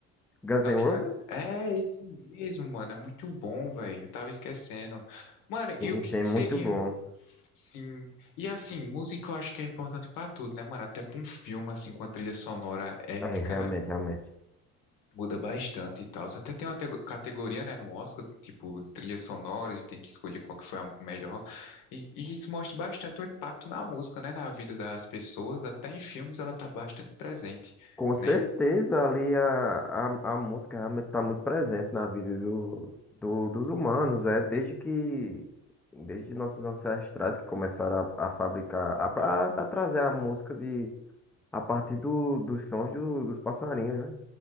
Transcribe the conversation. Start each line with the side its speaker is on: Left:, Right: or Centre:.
Centre: Guns
Left: tá
Centre: N'
Left: ligado?
Centre: Roses?
Left: É, esse mesmo, mano, é muito bom, velho, eu tava esquecendo. Mano,
Centre: Sim,
Left: e o que
Centre: sim,
Left: que
Centre: muito
Left: seria?
Centre: bom.
Left: Sim, e assim, música eu acho que é importante pra tudo, né, mano? Até pra um filme, assim, com a trilha sonora épica
Centre: É, realmente, realmente.
Left: Muda bastante e tal. Até tem uma tego- categoria, né, no Oscar, tipo, de trilhas sonoras, e tem que escolher qual que foi a melhor. E, e isso mostra bastante o impacto na música, né, na vida das pessoas. Até em filmes ela tá bastante presente,
Centre: Com
Left: né?
Centre: certeza ali a, a, a música realmente está muito presente na vida do, do- dos humanos, é desde que desde nossos ancestrais que começaram a, a fabricar, a, a, a trazer a música de a partir do, dos sons do- dos passarinhos, né?